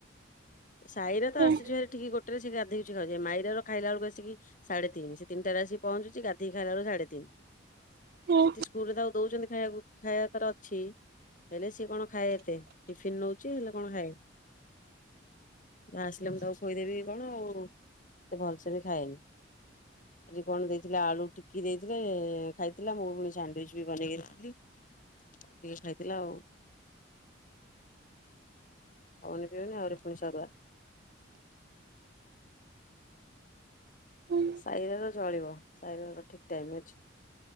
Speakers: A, on the left (about 40°); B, on the right (about 50°).
A: ସାଇରା ତ
B: ହୁଁ
A: ଆସୁଛି ସେଠୁ ଆସିକି ଗୋଟରେ ସେ ଗାଧଉଛି ମାଇରାର ଖାଇଲାବେଳକୁ ଆସିକି ସାଢେ ତିନି ସେ ତିନିଟା ରେ ଆସିକି ପହଞ୍ଚୁଛି ଗାଧୋଇ ଖାଇଲା ବେଳେକୁ ସାଢେ ତିନି
B: ହୁଁ
A: ସେଠି ସ୍କୁଲ ରେ ଦଉଛନ୍ତି ଖାଇବାକୁ ଖାଇବା ତାର ଅଛି। ହେଲେ ସିଏ କଣ ଖାଏ ଏତେ ଟିଫିିନ ନଉଛି ହେଲେ କଣ ଖାଏ। ଯେ ଆସିଲେ ମୁଁ ତାକୁ ଶୋଇଦେବି କଣ ଆଉ ଏତେ ଭଲସେ ବି ଖାଏନି ଆଜି କଣ ଦେଇଥିଲେ ଆଳୁ ଟିକି ଦେଇଥିଲେ ଖାଇଥିଲା ମୁଁ ପୁଣି ସାଣ୍ଡୱିଚ ବି ବନେଇକି ଦେଇଥିଲି ଟିକେ ଖାଇଥିଲା ଆଉ। ଖାଉନି ପିଉନି ଆହୁରି ପୁଣି ସରୁଆ।
B: ହୁଁ
A: ସାଇର ର ଚଳିବ ସାଇରାର ଠିକ ଟାଇମ ଅଛି।